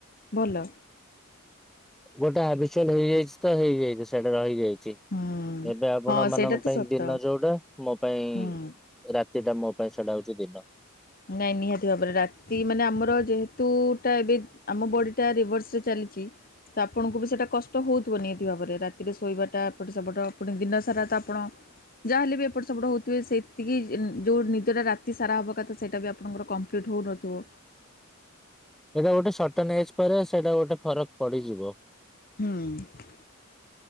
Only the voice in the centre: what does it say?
ଗୋଟେ ହାବିଚୁଅଲ୍ ହେଇଯାଇଛି ତ ହେଇଯାଇଛି ସେଇଟା ରହିଯାଇଛି।
ଏବେ ଆପଣ
ମାନଙ୍କ
ପାଇଁ
ଦିନ ଯୋଉଟା, ମୋ ପାଇଁ
ରାତିଟା ମୋ ପାଇଁ ସେଇଟା ହଉଛି ଦିନ।
ଏଇଟା ଗୋଟେ ସଟନ୍ ଏଜ୍ ପରେ ସେଇଟା ଗୋଟେ ଫରକ ପଡିଯିବ।